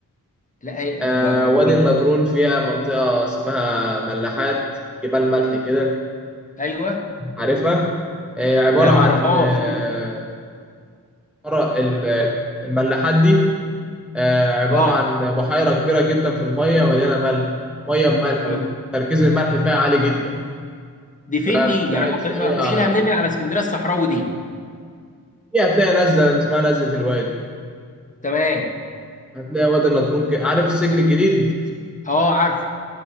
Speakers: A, on the left; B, in the centre.
A: لا هي-
B: آه،
A: آه، و-
B: وادي
A: وفي
B: النطرون فيها منطقة اسمها ملاحات جبال ملح كده
A: ايوه
B: عارفها آه، عبارة
A: لا
B: عن
A: معرفهاش
B: آه،
A: قول
B: عبارة- ال- الملاحات دي آه، عبارة
A: اه
B: عن بحيرة كبيرة جدا في المية مليانة ملح مية بملح
A: تمام
B: وتركيز الملح فيها عالي جدا
A: دي فين
B: فبتساعد
A: دي يعني عن
B: شوية
A: طريق- اخش
B: على
A: لها منين
B: ال-
A: من على اسكندريه الصحراوي دي
B: دي هتلاقي نزلة اسمها نزلة الوادي
A: تمام
B: هتلاقي وادي النطرون كده عارف السجن الجديد
A: اه عارف